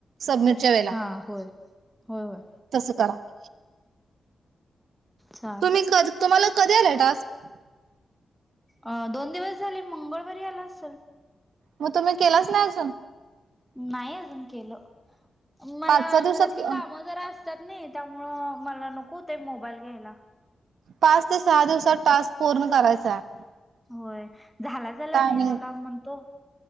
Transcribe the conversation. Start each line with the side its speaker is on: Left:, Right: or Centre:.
Right: सबमिटच्या वेळेला
Centre: हा होय होय होय
Right: तसं करा <inaudible>
Centre: चालतंय
Right: तुम्ही कर तुम्हाला कधी आलाय टास्क
Centre: अ दोन दिवस झाले मंगळवारी आला असल
Right: मग तुम्ही केलाच नाही अजून
Centre: नाही अजून केलं मला
Right: पाच सहा दिवसात
Centre: घरातली कामं जरा त्याच्या मुळ मला नको ते मोबाईल घ्यायला
Right: पाच ते सहा दिवसात टास्क पूर्ण करायचा आहे
Centre: होय झाला झाला
Right: टायमिंग
Centre: नाही झाला म्हणतो